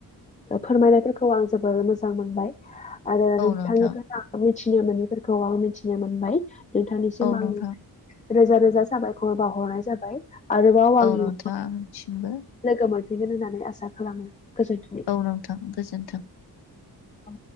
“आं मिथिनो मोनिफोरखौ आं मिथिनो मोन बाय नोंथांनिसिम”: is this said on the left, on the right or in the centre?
Left